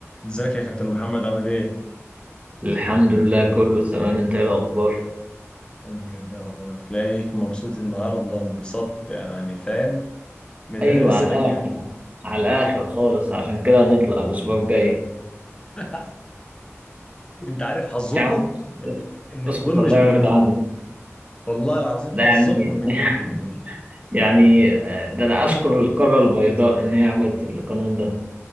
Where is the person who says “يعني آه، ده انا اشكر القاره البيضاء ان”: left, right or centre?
Right